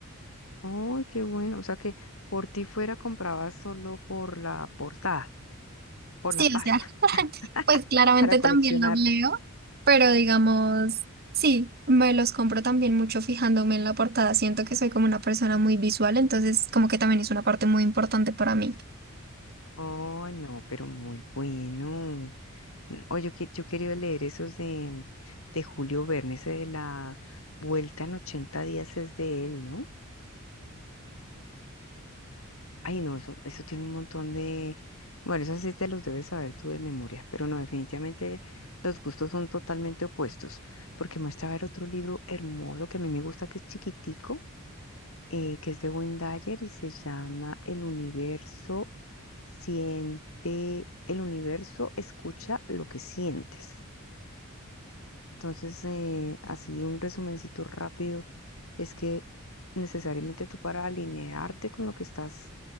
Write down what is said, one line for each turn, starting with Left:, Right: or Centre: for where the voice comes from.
Left: Uy, qué bueno. O sea que por ti fuera comprabas solo por la portada, por
Right: Sí,
Left: la pasta,
Right: o sea, <laughs> pues claramente
Left: <laughs> para coleccionarlos.
Right: también los leo, pero digamos, sí, me los compro también mucho fijándome en la portada. Siento que soy como una persona muy visual, entonces como que también es una parte muy importante para mí.
Left: Oh, no, pero muy bueno. Mm, Oye, yo, que- yo quería leer esos de, de Julio Verne, ese de la Vuelta en ochenta días es de él, ¿no? Ay, no, eso, eso tiene un montón de... Bueno, eso sí te los debes saber tú de memoria, pero no, definitivamente los gustos son totalmente opuestos, porque me estaba ver otro libro hermoso que a mí me gusta, que es chiquitico, eh, que es de Wendayer y se llama El universo siente, el universo escucha lo que sientes. Entonces, eh, así un resumencito rápido es que necesariamente tú para alinearte con lo que estás